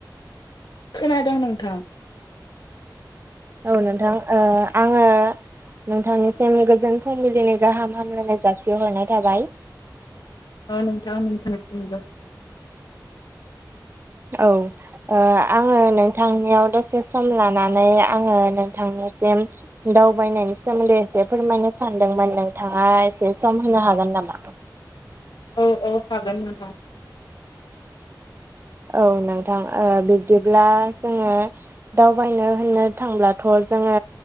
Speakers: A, on the left; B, on the right.
A: खोनादों नोंथां
B: औ नोंथां आङो नोंथांनिसिम गोजोन फुंबिलिनि गाहाम हामलायनाय जासिहरनाय थाबाय
A: अ नोंथां <unintelligible>
B: औ ओ आङो नोंथांनियाव दसे सम लानानै आङो नोंथांनिसिम दावबायनायनि सोमोन्दै एसे फोरमायनो सानदोंमोन नोंथाङा एसे सम होनो हागोन नामा
A: औ औ हागोन नोंथां
B: औ नोंथां ओ बिब्दिब्ला जोङो दावबायनो होननो थांब्लाथ' जोङो